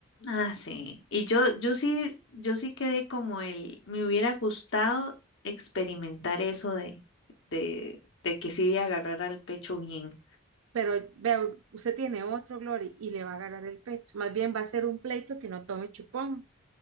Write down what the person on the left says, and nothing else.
Ah, sí. Y yo, yo sí, yo sí quedé como el, me hubiera gustado experimentar eso de, de, de que sí agarrar al pecho bien.